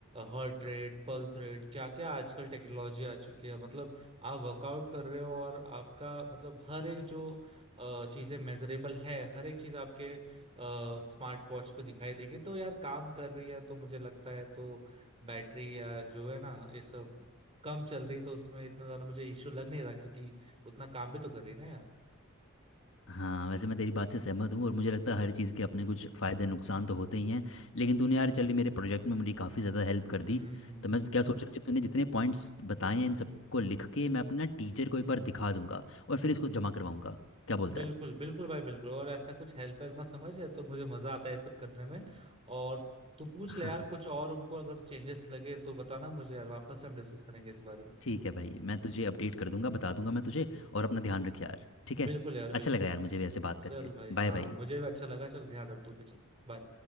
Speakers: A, on the right (about 30°); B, on the left (about 65°).
A: हार्ट रेट पल्स रेट क्या क्या आजकल टेक्नोलॉजी आ चुकी है मतलब आप वर्कआउट कर रहे हो और आपका मतलब हर एक जो अ, चीजें मेजरेबल है हर एक चीज आपके स्मार्ट वॉच पे दिखाई देगी तो यार काम कर रही है तो मुझे लगता है तो बैटरी या जो है ना ये सब कम चल रही तो उसमें इतना ज्यादा मुझे इश्यू लग नहीं रहा क्योंकि उतना काम भी तो कर रही है ना यार
B: हाँ वैसे मैं तेरी बात से सहमत हूँ और मुझे लगता है हर चीज़ के अपने कुछ फ़ायदे नुकसान तो होते ही हैं लेकिन तूने यार चल मेरे प्रोजेक्ट में मेरी काफ़ी ज़्यादा हेल्प कर दी
A: हम्म
B: तो मैं क्या सोच रहा हूँ कि तूने जितने पॉइंट्स बताए हैं इन सबको लिख के मैं अपना टीचर को एक बार दिखा दूंगा और फिर इसको जमा करवाऊंगा क्या बोलता
A: बिल्कुल
B: है
A: बिल्कुल भाई बिल्कुल और ऐसा कुछ हेल्प वेल्प मत समझ यार तो मुझे मजा आता है ये सब करने में और तू पूछ
B: <laughs>
A: ले यार कुछ
B: हाँ,
A: और उनको अगर चेंजेस लगे तो बताना मुझे यार वापस से हम डिस्कस करेंगे इस बारे में
B: ठीक है भाई मैं तुझे अपडेट कर दूंगा बता दूंगा मैं तुझे और अपना ध्यान रख यार ठीक है
A: बिल्कुल यार बिल्कुल
B: अच्छा लगा
A: यार
B: यार मुझे भी ऐसे बात करके
A: चल भाई
B: Bye
A: हाँ
B: bye
A: मुझे भी अच्छा लगा चल ध्यान रख तू भी चल बाय